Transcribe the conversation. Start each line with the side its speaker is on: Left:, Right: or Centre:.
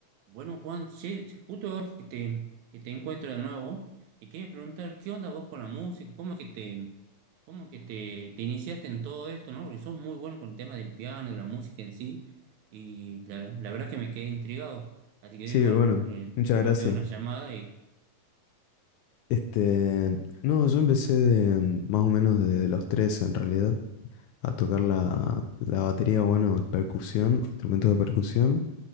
Right: Bueno, Juan, sí, sí, justo ahora que te, que te encuentro de nuevo, te quería preguntar, ¿qué onda vos con la música? ¿Cómo es que te, cómo es que te, te iniciaste en todo esto, ¿no? Porque sos muy bueno con el tema del piano, de la música en sí, y la, la verdad que me quedé intrigado. Así que
Left: Sí,
Right: digo, bueno,
Left: bueno,
Right: eh,
Left: muchas
Right: te
Left: gracias.
Right: voy a pegar una llamada y
Left: Este, no, yo empecé de, mm, más o menos de los tres, en realidad a tocar la, la batería, bueno, percusión, instrumentos de percusión,